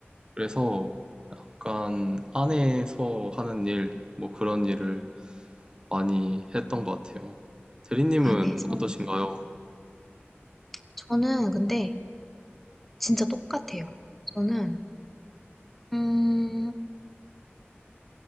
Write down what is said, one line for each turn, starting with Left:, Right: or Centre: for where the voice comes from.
Right: 그래서 약간 안에서 하는 일, 뭐 그런 일을 많이 했던 것 같아요. 대리님은
Centre: 안에서.
Right: 어떠신가요?
Centre: 저는 근데 진짜 똑같아요. 저는 음,